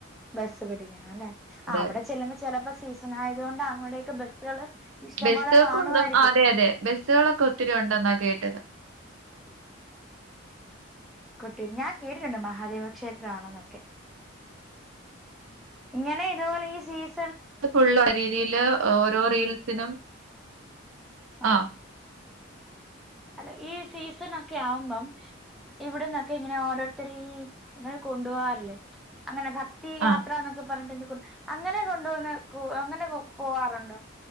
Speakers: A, in the centre; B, on the right.
A: ബസ്സ് പിടിക്കണം അല്ലെ, അവിടെ
B: അതെ
A: ചെല്ലുമ്പോ ചിലപ്പോ സീസൺ ആയതുകൊണ്ട് അങ്ങടൊക്കെ ബസ്സുകള്. ഇഷ്ടംപോലെ
B: ബസ്സുകൾക്കൊന്നും
A: കാണുമായിരിക്കും
B: അതെ അതെ ബസ്സുകളൊക്കെ ഒത്തിരി ഒണ്ടെന്നാ കേട്ടത്.
A: കൊട്ടിയൂര് ഞാൻ കേട്ടിട്ടുണ്ട്, മഹാദേവ ക്ഷേത്രമാണെന്നൊക്കെ. ഇങ്ങനെ ഇതുപോലെ ഈ സീസൺ.
B: ആഹ് ഫുള്ളും അവിടെ രീതിയില് ഓരോ. റീൽസിനും
A: ആ
B: ആഹ്.
A: അല്ല ഈ സീസൺ ഒക്കെ ആവുമ്പം ഇവിടന്നൊക്കെ ഇങ്ങനെ ഓരോരുത്തര് ഇങ്ങനെ കൊണ്ടു പോവാറില്ലേ അങ്ങനെ ഭക്തി യാത്ര
B: ആ
A: എന്നൊക്കെ പറഞ്ഞിട്ടുണ്ട് അങ്ങനെ കൊണ്ടുവന്ന് കൂ അങ്ങനെ കെ പോവാറുണ്ടോ